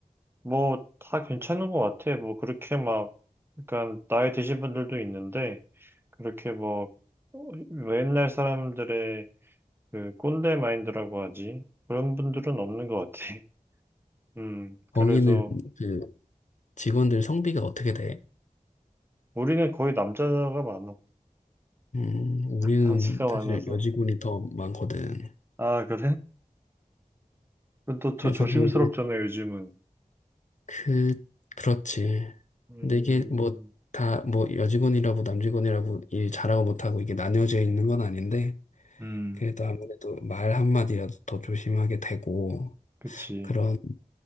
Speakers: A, on the right; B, on the left.
A: 뭐, 다 괜찮은 것 같아. 뭐, 그렇게 막, 그러니까, 나이 드신 분들도 있는데, 그렇게 뭐, 어, 옛날 사람들의 그 꼰대 마인드라고 하지. 그런 분들은 없는 것 같아. <laughs> 음,
B: 거기는
A: 그래서
B: 그 직원들 성비가 어떻게 돼?
A: 우리는 거의 남자가 많아.
B: 음, 우리는
A: <laughs> 남자가 많아서.
B: 사실 여직원이 더 많거든.
A: 아, 그래? 그럼 또, 더
B: 그래서
A: 조심스럽잖아,
B: 뭐 이게
A: 요즘은.
B: 그, 그렇지.
A: 음,
B: 근데 이게 뭐 다 뭐 여직원이라고 남직원이라고 일 잘하고 못하고 이게 나뉘어져 있는 건 아닌데
A: 음,
B: 그래도 아무래도 말 한마디라도 더 조심하게 되고
A: 그치.
B: 그런